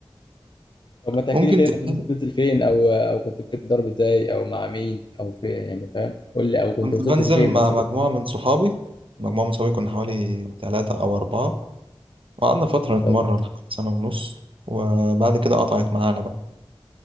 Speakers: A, on the left (about 50°); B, on the right (about 65°).
A: طب ما تحكي
B: ممكن
A: لي كده
B: تبتدي
A: كنت بتنزل فين أو أو كنت بتتدرب إزاي أو مع مين أو فين يعني فاهم قول لي أو كنت
B: كنت
A: وصلت
B: بنزل
A: لفين
B: مع
A: مثلا
B: مجموعه من صحابي مجموعه من صحابي كنا حوالي ثلاثة او اربعة وقعدنا فتره نتمرن
A: طب
B: حوالي سنه ونص وبعد كده قطعت معانا بقى